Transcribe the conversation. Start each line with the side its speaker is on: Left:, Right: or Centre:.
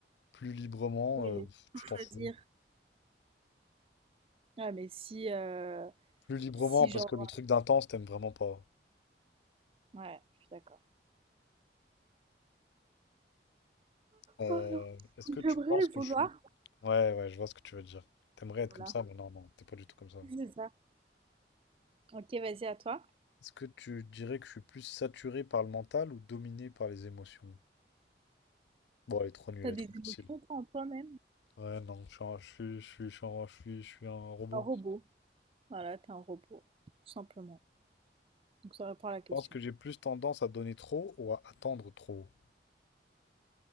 Left: Plus librement,
Right: Oui,
Left: euh,
Right: mais faut
Left: tu
Right: choisir.
Left: t'en fous.
Right: Ouais, mais si, euh,
Left: Plus librement,
Right: si
Left: parce
Right: genre...
Left: que le truc d'intense, t'aimes vraiment pas.
Right: Ouais, je suis d'accord.
Left: Euh,
Right: Oh non.
Left: est-ce que tu
Right: J'aimerais
Left: penses
Right: le
Left: que
Right: vouloir.
Left: je suis... Ouais, ouais, je vois ce que tu veux dire. T'aimerais être
Right: Voilà.
Left: comme ça, mais non, non, t'es pas du tout comme ça.
Right: C'est ça. Ok, vas-y, à toi.
Left: Est-ce que tu dirais que je suis plus saturé par le mental ou dominé par les émotions? Bon, elle est trop nulle,
Right: T'as
Left: elle
Right: des
Left: est trop facile.
Right: émotions toi, en toi-même.
Left: Ouais, non, je suis, un- je suis, je suis, je suis un je suis- je suis un robot.
Right: Un robot.
Left: Je
Right: Voilà, t'es un robot, tout simplement. Donc ça répond à la question.
Left: pense que j'ai plus tendance à donner trop ou à attendre trop.